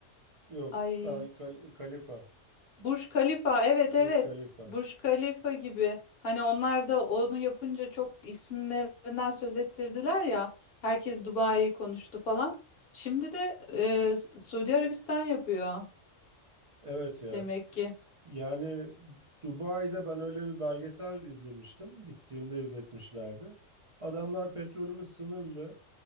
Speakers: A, on the right (about 60°); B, on the left (about 55°).
A: Yok,
B: Ay
A: Kal- Kalifa.
B: Burj Khalifa evet
A: Burj
B: evet
A: Kalifa.
B: Burj Khalifa gibi. Hani onlar da onu yapınca çok isimlerinden söz ettirdiler ya. Herkes Dubai'yi konuştu falan. Şimdi de e, Suudi Arabistan yapıyor
A: Evet ya.
B: demek ki.
A: Yani Dubai'de ben öyle bir belgesel izlemiştim. Gittiğimde izletmişlerdi. Adamlar petrolümüz sınırlı.